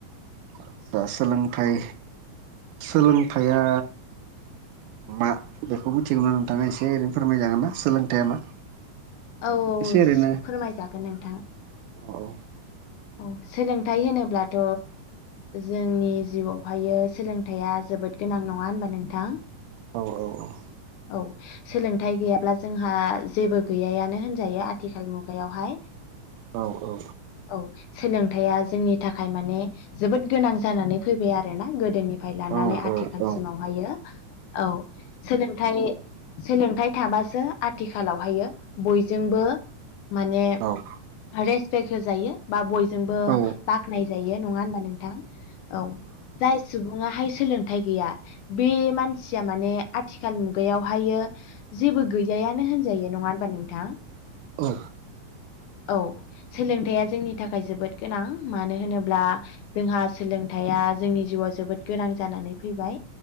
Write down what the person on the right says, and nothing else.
आतसा सोलोंथाइ सोलोंथाइया मा बेखौ मिथिगौना नोंथाङा एसे ओरैनो फोरमायजागोन ना सोलोंथाइया मा?
एसे ओरैनो
औ औ।
औ औ औ।
औ औ।
औ
औ
औ
औ
औ